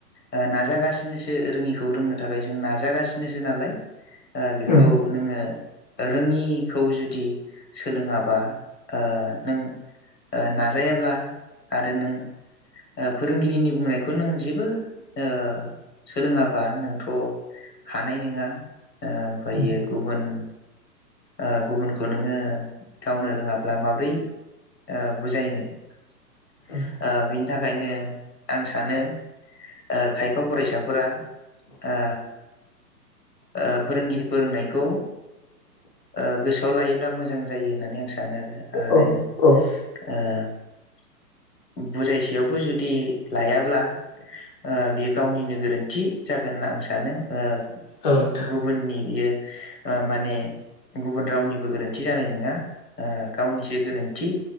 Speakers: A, on the left; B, on the left.
A: ओ नाजागासिनोसो रोङिखौ रोंनो थाखाय जों नाजागासिनोसो नालाय ओ बेखौ
B: उम
A: नोङो रोङिखौ जुदि सोलोङाबा ओ नों ओ नाजायाब्ला आरो नों ओ फोरोंगिरिनि बुंनायखौ नों जेबो ओ सोलोङाबा नोंथ' हानाय नोङा ओमफायो
B: उम
A: गुबुन ओ गुबुनखौ नोङो गावनो रोङाब्ला माब्रै ओ बुजायनो ओ
B: औ
A: बिनि थाखायनो आं सानो ओ खायफा फरायसाफोरा ओ ओ फोरोंगिरि फोरोंनायखौ ओ गोसोआव लायोब्ला मोजां जायो होननानै आं सानो आरो
B: औ औ
A: ओ बुजायसेयावबो जुदि लायाब्ला ओ बियो गावनिनो गोरोन्थि जागोन होनना आं सानो ओ
B: औ नोंथां
A: गुबुननि बियो ओ माने गुबुन रावनिबो गोरोन्थि जानाय नोङा ओ गावनिसो गोरोन्थि